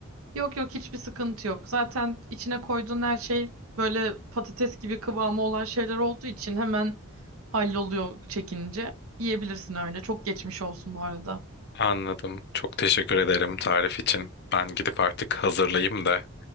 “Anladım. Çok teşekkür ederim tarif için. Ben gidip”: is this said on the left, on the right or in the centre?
Left